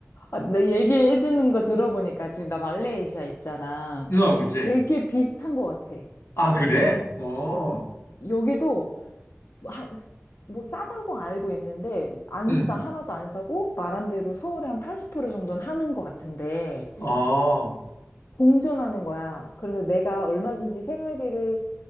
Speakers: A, on the left (about 65°); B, on the left (about 80°).
A: 아, 나 얘기해주는 거 들어보니까 지금 나 말레이시아 있잖아.
B: 어, 그치?
A: 되게 비슷한 것 같아.
B: 아 그래? 어,
A: 어, 여기도 하- 뭐 싸다고 알고 있는데 안
B: 음,
A: 싸, 하나도 안 싸고 말한 대로 서울의 한 80% 정도는 하는 것 같은데
B: 어.
A: 공존하는 거야. 그래서 내가 얼마든지 생활비를